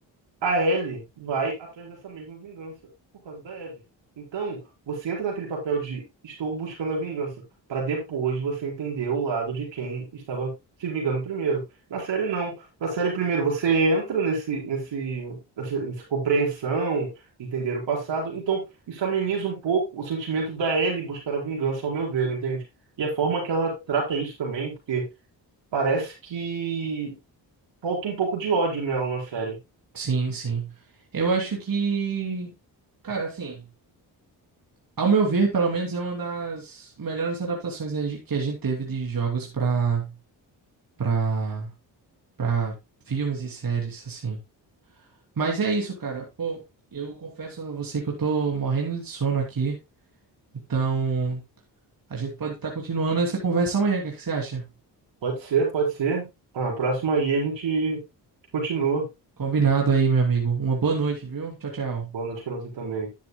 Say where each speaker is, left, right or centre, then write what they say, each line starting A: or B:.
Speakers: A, on the right; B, on the right.
A: A Ellie vai atrás dessa mesma vingança por causa da Abby. Então, você entra naquele papel de estou buscando a vingança, para depois você entender o lado de quem estava se vingando primeiro. Na série, não. Na série, primeiro, você entra nesse, nesse, nessa, nessa compreensão, entender o passado. Então, isso ameniza um pouco o sentimento da Ellie buscar a vingança, ao meu ver, entende? E a forma que ela trata isso também, porque parece que falta um pouco de ódio nela na série.
B: Sim, sim. Eu acho que, cara, assim, ao meu ver, pelo menos é uma das melhores adaptações né, de- que a gente teve de jogos pra, pra, pra filmes e séries, assim. Mas é isso, cara. Pô, eu confesso a você que eu tô morrendo de sono aqui. Então, a gente pode estar continuando essa conversa amanhã. O que é que você acha?
A: Pode ser, pode ser. Ah, a próxima aí a gente continua.
B: Combinado aí, meu amigo. Uma boa noite, viu? Tchau, tchau.
A: Boa noite pra você também.